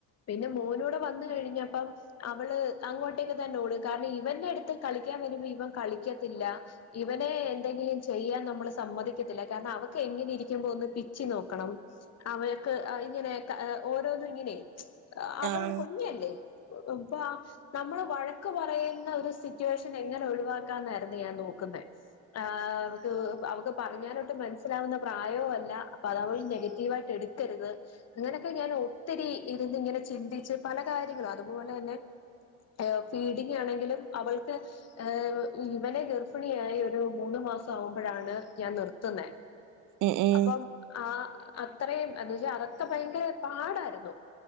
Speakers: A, on the left (about 40°); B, on the right (about 50°).
A: പിന്നെ മോനൂടെ വന്ന് കഴിഞ്ഞപ്പം അവള് അങ്ങോട്ടേക്ക് തന്നെ ഓടും കാരണം ഇവന്റെ അടുത്ത് കളിക്കാൻ വരുമ്പോ ഇവൻ കളിക്കത്തില്ല ഇവനെ എന്തെങ്കിലും ചെയ്യാൻ നമ്മള് സമ്മതിക്കത്തില്ല, കാരണം അവക്ക് എങ്ങനെ ഇരിക്കുമ്പോ ഒന്ന് പിച്ചി നോക്കണം അവൾക്ക് ആ ഇങ്ങനെ ക ഓരോന്നും ഇങ്ങനെ അവൾ
B: ആഹ്
A: കുഞ്ഞല്ലേ <unintelligible> നമ്മള് വഴക്കു പറയുന്ന ഒരു സിറ്റുവേഷൻ എങ്ങനെ ഒഴിവാക്കാൻ എന്നായിരുന്നു ഞാൻ നോക്കുന്നത് ആഹ് അവക്ക് അവക്ക് പറഞ്ഞാലൊട്ട് മനസ്സിലാവുന്ന പ്രായോവല്ല അപ്പ അത് അവൾ നെഗറ്റീവായിട്ട് എടു ത്തരുത് ഇങ്ങനെയൊക്കെ ഞാനൊത്തിരി ഇരുന്ന് ഇങ്ങനെ ചിന്തിച്ച് പല കാര്യങ്ങളും അതുപോലെ തന്നെ ഏഹ് ഫീഡിങ്ങാണെങ്കിലും അവൾക്ക് ഏവ് ഇവനെ ഗർഭിണിയായി ഒരു മൂന്ന് മാസം ആവുമ്പോഴാണ് ഞാൻ നിർത്തുന്നെ
B: ഉം ഉം
A: അപ്പം ആഹ് അത്രയും എന്തുവച്ചാ അതൊക്കെ ഭയങ്കര പാടായിരുന്നു